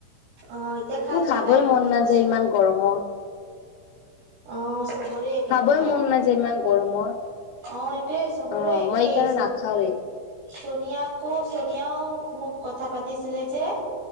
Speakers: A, on the right; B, on the left.
A: অ এতিয়া খাই
B: মোৰ
A: লোৱা
B: খাবই
A: টাইমতো
B: মন নাযায়
A: হৈছে
B: ইমান গৰমত
A: অ চবৰে একে
B: খাবই
A: কথা
B: মন নাযায় ইমান গৰমত
A: অ এইটোৱে চবৰে
B: অ
A: একেই
B: মই এইকাৰণে
A: চন
B: নাখাওৱেই
A: চোনিয়াকো চোনিয়াও মোক কথা পাতিছিলে যে